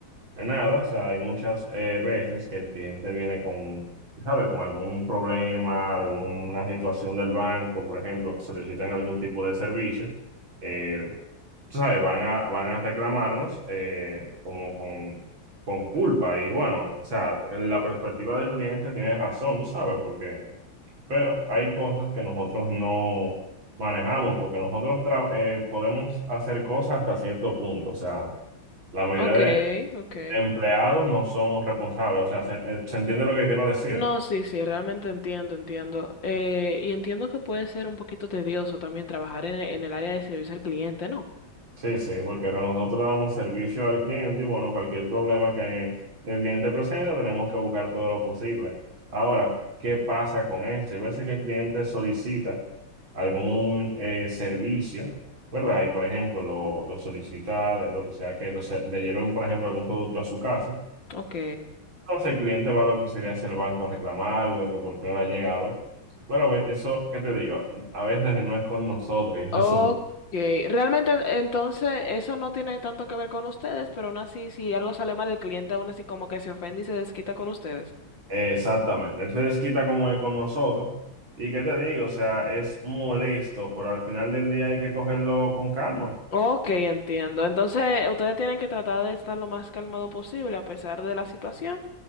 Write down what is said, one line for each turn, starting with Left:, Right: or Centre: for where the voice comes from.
Right: Nada, o sea, hay muchas eh, veces que el cliente viene con, ¿sabe? Con algún problema, alguna situación del banco, por ejemplo, solicitan algún tipo de servicio, eh, ¿sabe? Van a, van a reclamarnos eh, como con, con culpa y bueno, o sea, en la perspectiva del cliente tiene razón, tú sabes, porque, pero hay cosas que nosotros no manejamos, porque nosotros tra- eh, podemos hacer cosas hasta cierto punto, o sea, la mayoría
Left: ok, ok.
Right: empleados no son responsables, o sea, se, eh, se entiende lo que quiero decir.
Left: No, sí, sí, realmente entiendo, entiendo. Eh, y entiendo que puede ser un poquito tedioso también trabajar en, en el área de servicio al cliente, ¿no?
Right: Sí, sí, porque nosotros damos servicio al cliente y bueno, cualquier problema que el cliente presente tenemos que buscar todo lo posible. Ahora, ¿qué pasa con esto? Hay veces que el cliente solicita algún eh, servicio, ¿verdad? Y por ejemplo, lo, lo solicita, de lo que sea que lo se- le lleven, por ejemplo, algún producto a su casa.
Left: Ok,
Right: Entonces el cliente va a lo que sería hacia el banco a reclamarlo, que por qué no le ha llegado. Bueno, ve- eso, ¿qué te digo? A veces no es con nosotros, y eso
Left: ok.
Right: es un...
Left: Realmente entonces eso no tiene tanto que ver con ustedes, pero aún así si algo sale mal el cliente aún así como que se ofende y se desquita con ustedes.
Right: Exactamente, él se desquita como es con nosotros. ¿Y qué te digo? O sea, es molesto, pero al final del día hay que cogerlo con calma.
Left: Ok, entiendo. Entonces, ustedes tienen que tratar de estar lo más calmado posible a pesar de la situación